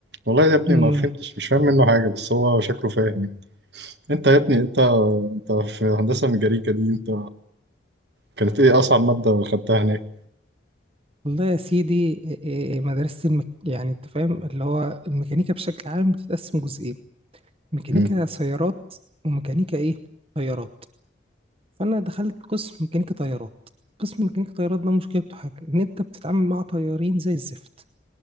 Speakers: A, on the right (about 60°); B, on the right (about 30°).
A: والله يا ابني
B: امم
A: ما فهمتش مش فاهم منه حاجة بس هو شكله فاهم انت يا ابني انت انت في هندسة ميكانيكا دي انت كانت ايه اصعب مادة خدتها هناك؟
B: والله يا سيدي إيه- إيه- مدرسة المك... يعني انت فاهم اللي هو الميكانيكا بشكل عام بتتقسم جزئين ميكانيكا
A: مم.
B: سيارات وميكانيكا ايه طيارات فانا دخلت قسم ميكانيكا طيارات قسم ميكانيكا طيارات ده مشكلته حاجة ان انت بتتعامل مع طيارين زي الزفت